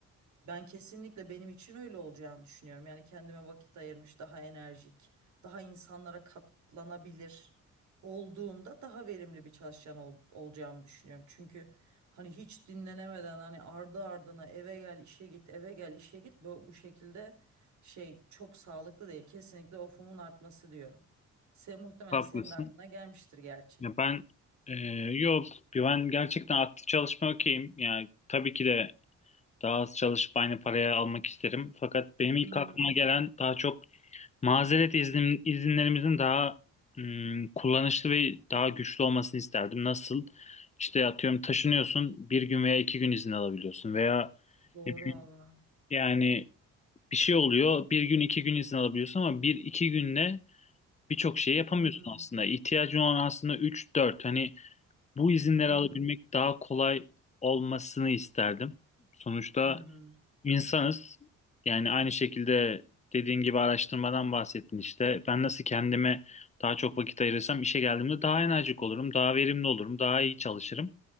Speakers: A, on the right; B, on the left.
A: Ben kesinlikle benim için öyle olacağını düşünüyorum. Yani kendime vakit ayırmış, daha enerjik, daha insanlara katlanabilir olduğumda daha verimli bir çalışan ol- olacağımı düşünüyorum. Çünkü hani hiç dinlenemeden hani ardı ardına eve gel, işe git, eve gel, işe git bu, bu şekilde şey çok sağlıklı değil. Kesinlikle ofumun artması diyorum. Sen muhtemelen
B: Haklısın.
A: senin de aklına gelmiştir gerçi.
B: Ya ben e, yok ben gerçekten aktif çalışma okeyim. Yani tabii ki de daha az çalışıp aynı paraya almak isterim. Fakat benim ilk
A: Hı hı.
B: aklıma gelen daha çok mazeret iznim, izinlerimizin daha hmm, kullanışlı ve daha güçlü olmasını isterdim. Nasıl? İşte atıyorum taşınıyorsun bir gün veya iki gün izin alabiliyorsun veya
A: Doğru
B: ne bileyim,
A: valla.
B: yani bir şey oluyor bir gün iki gün izin alabiliyorsun ama bir iki günde birçok şey yapamıyorsun
A: Hı hı.
B: aslında. İhtiyacın olan aslında üç dört hani bu izinleri
A: Hı
B: alabilmek
A: hı.
B: daha kolay olmasını isterdim. Sonuçta
A: Hı hı.
B: insanız. Yani aynı şekilde dediğin gibi araştırmadan bahsettin işte. Ben nasıl kendime daha çok vakit ayırırsam işe geldiğimde daha enerjik olurum, daha verimli olurum, daha iyi çalışırım.